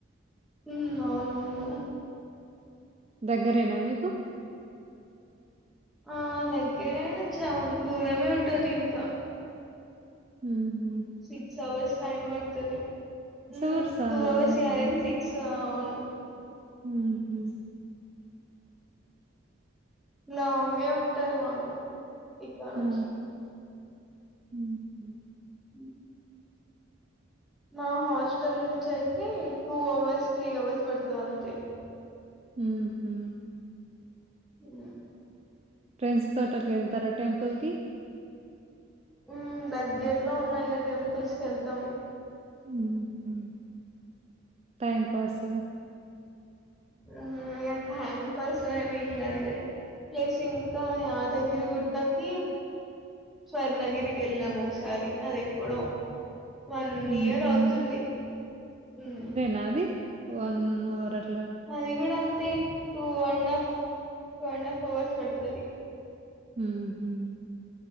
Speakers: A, in the centre; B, on the right.
A: హుమ్మ్ అవునవును
B: దగ్గరేనా మీకు
A: ఆ దగ్గరేడా చా దూరమే ఉంటది ఇంకా
B: ఉహుహ్
A: సిక్స్ అవర్స్ టైమ్ వడ్తది. ఉ
B: అవర్సా?
A: తువావేసి
B: ఓహ్!
A: అదేది సిక్స్ ఆ అవును.
B: ఉహుహ్
A: లాంగే ఉంటది మాకు ఇక్క నుంచి
B: ఆ! హుహు.
A: హు మా హాస్టల్ నుంచి అయితే టూ అవర్స్ త్రీ అవర్స్ వడుతది అంతే.
B: ఉహుహు్
A: అయో
B: ఫ్రెండ్స్ తోట్ అట్లా ఏళ్తారా టెంపుల్ కి.
A: ఉమ్మ్ దగ్గరలో ఉన్నా ఇగ టెంపుల్స్‌ కేళ్తాం
B: మ్మ్ఉహ్మ్ టైం పాస్
A: అ ఇగ టైం పాస్ అనేం కాదు గాని ప్లేస్ ఇంకా యాదగిరి గుట్టకి స్వర్ణ గిరికి ఎళ్ళాం ఒకసారి అది ఎప్పుడో వన్
B: ఉహు
A: ఇయర్ అవుతుంది ఉమ్మ్
B: నాది వన్ అవర్ అ
A: అది కూడా అంతే two and half two and half hours పడుతది
B: మ్మ్ఉహ్మ్